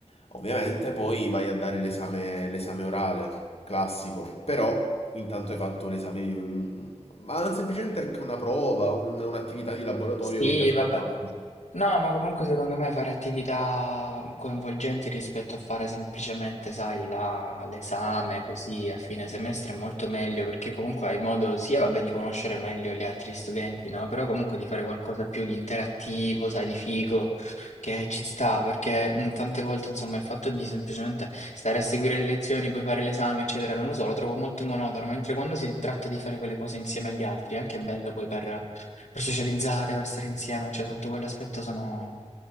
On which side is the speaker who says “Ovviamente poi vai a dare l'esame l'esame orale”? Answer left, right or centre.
Left